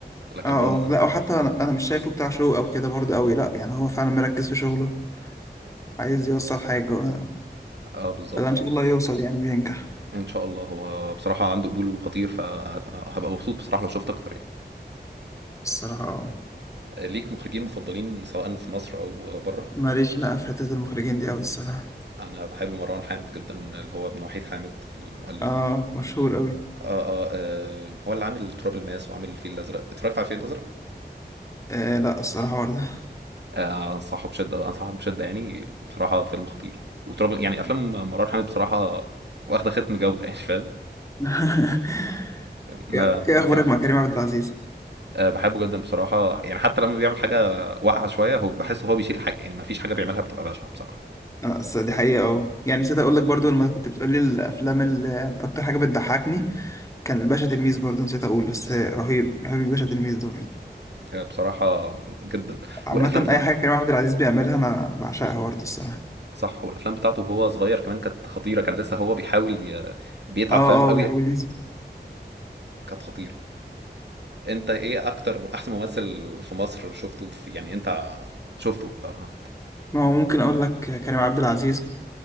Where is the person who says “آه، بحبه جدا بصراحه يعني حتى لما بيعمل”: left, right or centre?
Right